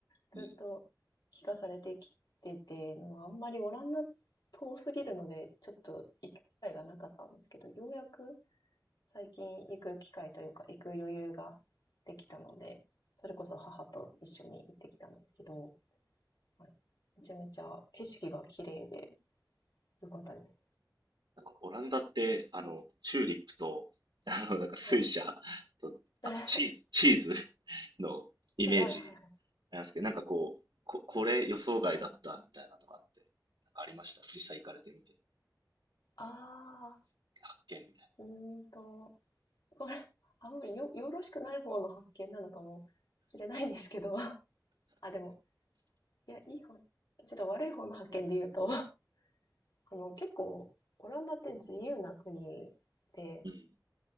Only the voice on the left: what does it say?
ずっと聞かされてきてて、
もうあんまりオランダ遠すぎるので、ちょっと行く機会がなかったんですけど、ようやく最近行く機会というか、行く余裕ができたので、それこそ母と一緒に行ってきたんですけど、はい。めちゃめちゃ景色が綺麗で良かったです。
はい。
<laughs>
違う、はい。
あ
ーうーんと、これ、あんまりよ、よろしくない方の発見なのかもしれないんですけど、<laughs> あ、でも、いや、いい方、ちょっと悪い方の発見で言うと、<laughs> あの、結構、オランダって自由な国で、